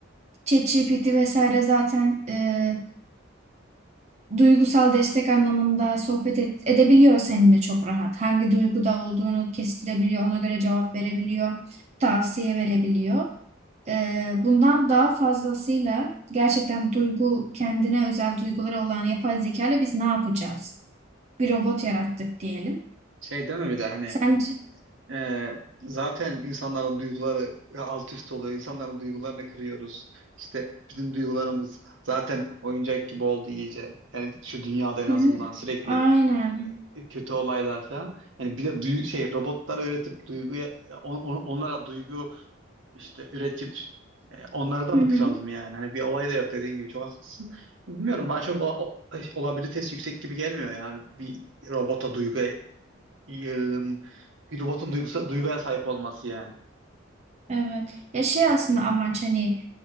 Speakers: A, on the right; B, on the right.
A: ChatGPT vesaire zaten e, duygusal destek anlamında sohbet et- edebiliyor seninle çok rahat. Hangi duyguda olduğunu kestirebiliyor, ona göre cevap verebiliyor, tavsiye verebiliyor. Ee, bundan daha fazlasıyla gerçekten duygu, kendine özel duyguları olan yapay zeka ile biz ne yapacağız? Bir robot yarattık diyelim.
B: Şey değil mi bir de hani
A: Sence?
B: e, zaten insanların duyguları e, alt üst oluyor. İnsanların duygularını kırıyoruz. İşte bizim duygularımız zaten oyuncak gibi oldu iyice. Yani şu dünyada en
A: Hı
B: azından
A: hı.
B: sürekli
A: Aynen.
B: e, kötü olaylar falan. Yani bir de duy- şey robotlara üretip duyguya e, on- on- onlara duygu işte üretip e, onları da
A: Hı
B: mı
A: hı.
B: kıralım yani? Hani bir olay da yok dediğin gibi çok haklısın. Bilmiyorum bana çok ola- o- olabilitesi yüksek gibi gelmiyor yani bir robota duygu e, bir robotun duygusa, duyguya sahip olması yani.
A: Evet. Ya şey aslında amaç hani